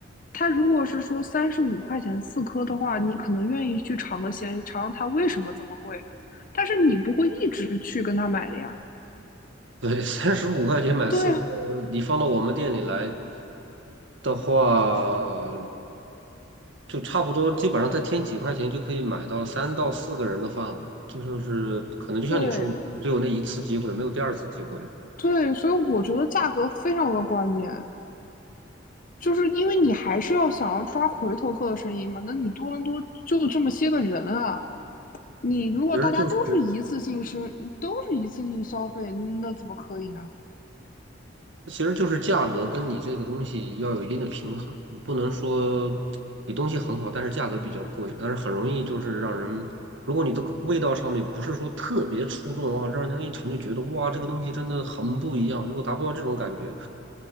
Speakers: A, on the left; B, on the right.
A: 它如果是说三十五块钱四颗的话，你可能愿意去尝个鲜，尝尝它为什么这么贵，但是你不会一直去跟他买的呀。
B: 对，三十五块钱买四颗，
A: 对啊，
B: 你放到我们店里来的话，就差不多，基本上再添几块钱就可以买到三到四个人的饭了。就说是可能就像你说的，
A: 对
B: 只有那一次机会，没有第二次机会。
A: 对，所以我觉得价格非常的关键，就是因为你还是要想要抓回头客的生意嘛。那你多伦多就这么些个人啊，你如果大家都是一次性生，
B: 其实就是，
A: 都是一次性消费，那怎么可以呢？
B: 其实就是价格跟你这个东西要有一定的平衡，你不能说你东西很好，但是价格比较贵，但是很容易就是让人，如果你的味道上面不是说特别出众啊，让人家一尝就觉得哇，这个东西真的很不一样。如果达不到这种感觉，